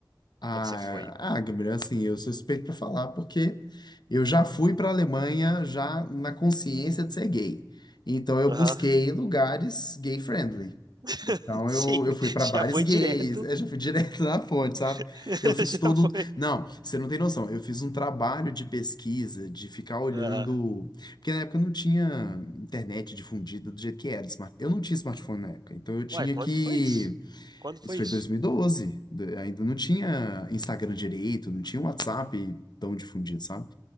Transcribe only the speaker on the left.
Ah,
ah, Gabriel, assim, eu sou suspeito pra falar, porque eu já fui pra Alemanha já na consciência de ser gay. Então eu
busquei lugares gay friendly.
Então
eu, eu fui pra bares
gays,
eu já fui <laughs> direto na fonte,
sabe? Eu fiz todo.
Não, você não tem noção. Eu fiz um trabalho de pesquisa, de ficar olhando.
Porque na época não tinha internet difundida do jeito que era. smart- Eu não tinha smartphone na época. Então eu tinha
que.
Isso foi
2012. d- Ainda não tinha Instagram direito, não tinha WhatsApp tão difundido, sabe?